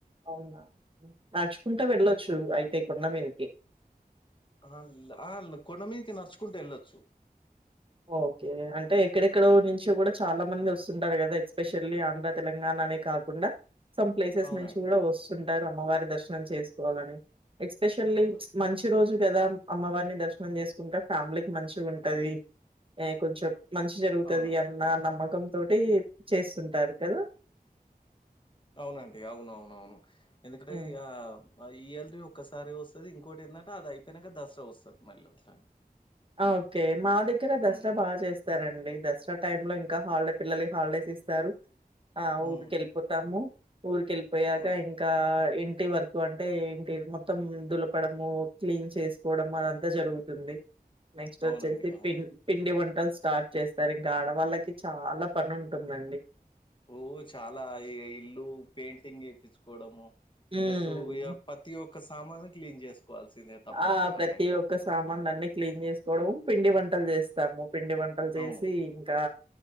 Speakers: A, on the right; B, on the left.
A: అవునా నడుచుకుంటా వెళ్ళొచ్చు అయితే కొండ మినికి
B: అ ఆ కొండ మీదకి నడుచుకుంట వెళ్ళొచ్చు
A: ఓకే అంటే ఎక్కడెక్కడో నుంచి కూడా చాలా మంది వస్తుంటారు కదా ఎస్పెషల్లీ ఆంధ్ర తెలంగాణ అనే కాకుండా సమ్ ప్లేసెస్
B: అవునండి
A: నుంచి కూడా వస్తుంటారు అమ్మవారి దర్శనం చేసుకోవాలని ఎక్స్పెషల్లీ
B: అవునండి
A: మంచి రోజు కదా అమ్మవారిని దర్శనం చేసుకుంటా ఫ్యామిలీకి మంచిగుంటది ఏ కొంచెం మంచి జరుగుతది
B: అవునా
A: అన్న నమ్మ కం తోటి చేస్తుంటారు కదా
B: అవునండి అవునవునవును ఎందుకంటే
A: హ్మ్.
B: ఇగా ఇయర్లి ఒక్కసారి వస్తది ఇంకోటి ఏంటంటే అది అయిపోయినంక దసరా వస్తది మళ్ళీ అట్లా
A: ఆ ఓకే మా దగ్గర దసరా
B: హ్మ్
A: బాగా చేస్తారండి దసరా టైమ్ లోం ఇన్ ఇంకా హాలిడే పిల్లలకి హాలిడేస్ ఇస్తారు ఆ
B: హ్మ్
A: ఊరికి వెళ్ళిపోతాము ఊరికి వెళ్ళిపోయాక
B: హ్మ్
A: ఇంకా ఇంటి వర్కు అంటే ఇంటి మొత్తం దులపడము క్లీన్ చేసుకోవడంము అదంతా జరుగుతుంది నెక్స్ట్
B: అవునండి
A: వచ్చేసి
B: అవును
A: పిన్ పిండి వం టల్ స్టార్ట్ చేస్తారు ఇంకా ఆడవాళ్ళకి చాలా పని ఉంటుందండి
B: ఓ చాలా ఈ ఇల్లు పెయింటింగ్ ఎప్పించ్చుకోవడము
A: హ్మ్.
B: ప్లస్సు ఇగ పతి యొక్క సామాను క్లీన్ చేసుకోవాల్సిందే తప్పదిగా
A: ఆ ప్రతి
B: టైం
A: ఒక్క సామానులన్ని క్లీన్ చేసుకోవడం పిండి వంటలు చేస్తాము పిండి వంటలు చేసి
B: అవును
A: ఇంకా